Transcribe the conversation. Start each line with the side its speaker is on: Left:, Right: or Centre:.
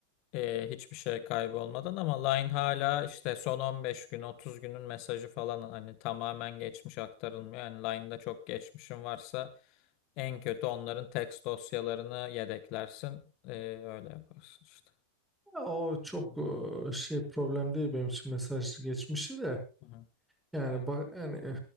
Left: e, hiçbir şey kaybolmadan ama Line hala işte son 15 gün 30 günün mesajı falan hani tamamen geçmiş aktarılmıyor. Yani Line'da çok geçmişin varsa en kötü onların text dosyalarını yedeklersin. E, öyle yaparsın işte.
Centre: ya o çok
Left: Onun-
Centre: e, şey problem değil benim için mesaj geçmişi de.
Left: Hı hı.
Centre: Yani
Left: Evet.
Centre: bak yani eh,